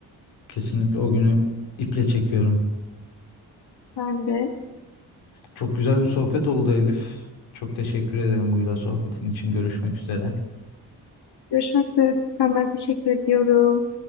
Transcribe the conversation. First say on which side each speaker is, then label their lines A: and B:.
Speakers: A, on the left; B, on the left.
A: Kesinlikle o günü iple çekiyorum.
B: ben de.
A: Çok güzel bir sohbet oldu Elif. Çok teşekkür ederim bu güzel sohbetin için. Görüşmek üzere.
B: Görüşmek üzere. Furkan. Ben teşekkür ediyorum.